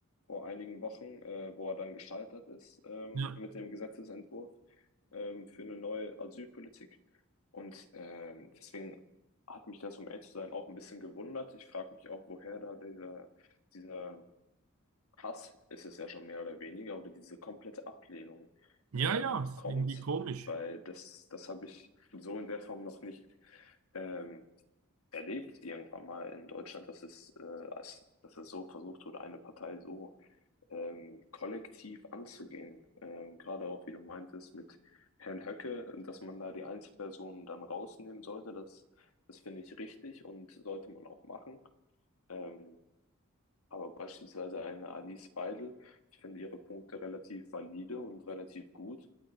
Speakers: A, on the left; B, on the right.
A: vor einigen Wochen, äh, wo er dann gescheitert ist, ähm,
B: ja,
A: mit dem Gesetzesentwurf, ähm, für eine neue Asylpolitik. Und ähm, deswegen hat mich das, um ehrlich zu sein, auch ein bisschen gewundert. Ich frage mich auch, woher da dieser, dieser Hass, ist es ja schon mehr oder weniger, oder diese komplette Ablehnung
B: ja,
A: ähm,
B: ja, ist
A: kommt,
B: irgendwie komisch.
A: weil das, das habe ich so in der Form noch nicht ähm, erlebt, irgendwann mal in Deutschland, dass es, äh, als, dass es so versucht wurde, eine Partei so ähm, kollektiv anzugehen. Ähm, gerade auch, wie du meintest, mit Herrn Höcke, dass man da die Einzelpersonen dann rausnehmen sollte, das, das finde ich richtig und sollte man auch machen. Ähm, aber beispielsweise eine Alice Weidel, ich finde ihre Punkte relativ valide und relativ gut